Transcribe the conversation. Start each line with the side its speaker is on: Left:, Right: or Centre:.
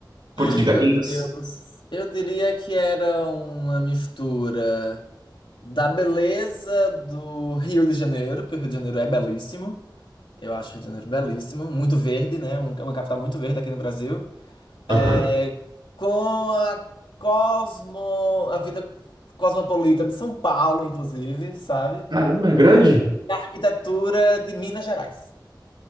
Right: Porto
Left: Ai,
Right: de Galinhas?
Left: meu Deus. Eu diria que era uma mistura da beleza do Rio de Janeiro, que o Rio de Janeiro é belíssimo. Eu acho o Rio de Janeiro belíssimo, muito verde, né? Um- É uma capital muito verde aqui no Brasil.
Right: Aham.
Left: É, com a cosmo, a vida cosmopolita de São Paulo, inclusive, sabe?
Right: Caramba, é grande?
Left: A Arquitetura de Minas Gerais.